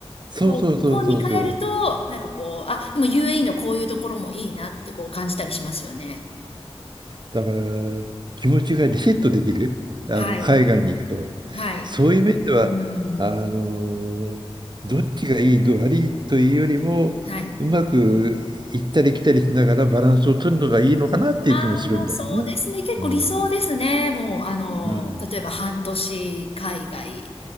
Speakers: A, on the right (about 45°); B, on the left (about 65°).
A: そうそうそうそうそう。
B: こう、日本に帰ると、なんかこう、あ、でも UAE のこういうところもいいなってこう感じたりしますよね。
A: だから気持ちがリセットできる、あの海外に行くと。
B: はい。はい。
A: そういう面では、
B: うーん。
A: あのどっちがいい、どう悪いというよりも、
B: はい。
A: うまく行ったり来たりしながらバランスを取るのがいいのかなっていう気もするんだよね。
B: ああ、そうですね。結構理想ですね。
A: うん。
B: もう、あの、
A: うん。
B: 例えば半年海外